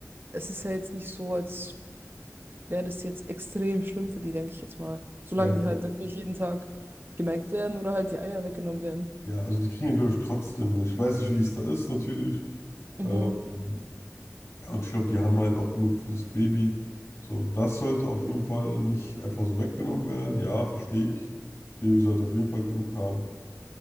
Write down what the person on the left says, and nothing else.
Ja, genau.
Ja, also die kriegen ja, glaube ich, trotzdem Milch. Ich weiß nicht, wie es da ist, natürlich.
Ähm, Und ich glaube, die haben halt auch genug für das Baby. So, das sollte auf jeden Fall nicht einfach so weggenommen werden. Ja, verstehe ich. Das Baby sollte auf jeden Fall genug haben.